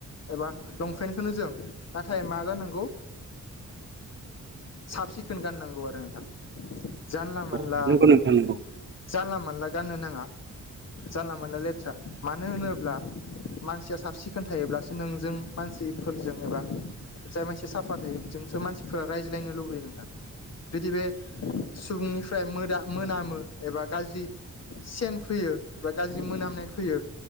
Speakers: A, on the left; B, on the right.
A: एबा लंपेन्टखोनो जोम नाथाय मा जानांगौ साबसि पेन गाननांगौ आरो नोंथां जानलामोनला-
B: औ नंगौ नोंथां नंगौ
A: जानला मोनला गाननो नाङा जानला मोनला लेथ्रा मानो होनोब्ला मानसिया साब सिखोन थायोब्लासो नोंजों मानसिफोरजों एबा जाय मानसिया साफा थायो बेजोंसो मानसिफोरा रायज्लायनो लुबैयो नोंथां। जुदि बे सुबुंनिफ्राय मो-मोनामो एबा गाज्रि सेन फैयो बा गाज्रि मोनामनाय फैयो